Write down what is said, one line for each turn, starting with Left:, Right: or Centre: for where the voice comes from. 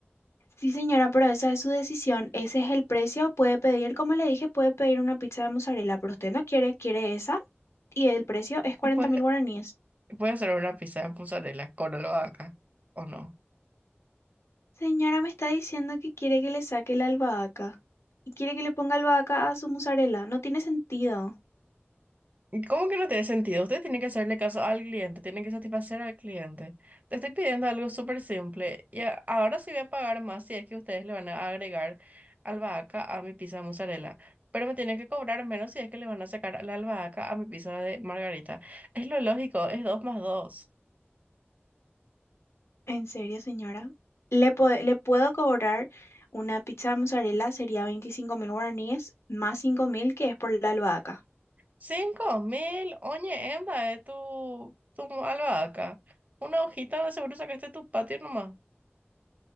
Left: Sí, señora, pero esa es su decisión. Ese es el precio. Puede pedir, como le dije, puede pedir una pizza de mozzarella, pero usted no quiere, quiere esa y el precio es cuarenta
Right: Y pues,
Left: mil guaraníes.
Right: puede ser una pizza de mozzarella con albahaca, ¿o no?
Left: Señora, me está diciendo que quiere que le saque la albahaca y quiere que le ponga albahaca a su mozzarella. No tiene sentido.
Right: ¿Y ¿Cómo que no tiene sentido? Usted tiene que hacerle caso al cliente, tiene que satisfacer al cliente. Te estoy pidiendo algo súper simple y a- ahora sí voy a pagar más si es que ustedes le van a agregar albahaca a mi pizza de mozzarella, pero me tienen que cobrar menos si es que le van a sacar la albahaca a mi pizza de margarita. Es lo lógico, es dos más dos.
Left: En serio, señora. Le, po- le puedo cobrar una pizza de mozzarella, sería veinticinco mil guaraníes, más cinco mil que es por la albahaca.
Right: Cinco mil, oye, emba, de tu, tu albahaca. Una hojita, seguro sacaste tu patio nomás.